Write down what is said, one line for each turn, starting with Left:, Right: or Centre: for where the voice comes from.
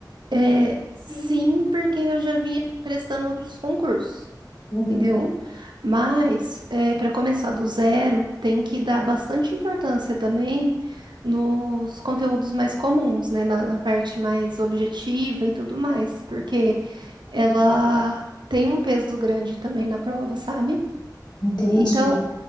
Right: É,
Left: Sim.
Right: sim, porque eu já vinha prestando outros concursos,
Left: Uhum.
Right: entendeu? Mas, para começar do zero, tem que dar bastante importância também nos conteúdos mais comuns, né? Na, na parte mais objetiva e tudo mais, porque ela tem um peso grande também na prova, sabe?
Left: Entendi.
Right: Então,